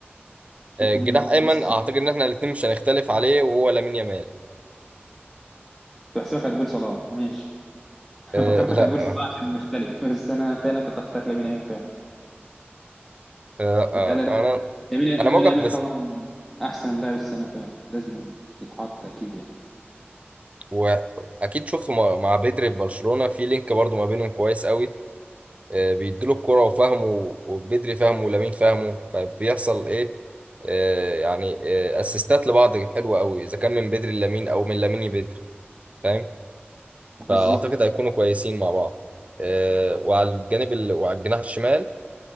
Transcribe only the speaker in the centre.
شايفه
مين كويس
كده؟
كنت بحسبك هتقول صلاح ماشي <laughs>
أنا فكرتك
هتقول
صلاح عشان نختلف بس أنا فعلا كنت أختار لامين يامال فعلا
لا لا لا
لامين
لامين
يامال
طبعا أحسن لاعب السنة فعلا لازم يتحط أكيد يعني
بالظبط